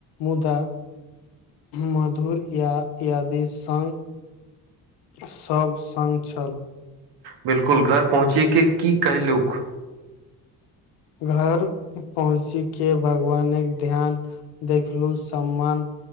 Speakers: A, on the left; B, on the right.
A: मुदा मधुर य याद स सभ सङ्ग छल
B: बिलकुल घर पहुँचे के की कहहिलूक
A: घर पहुँची के भगवान के ध्यान देखलू सम्मान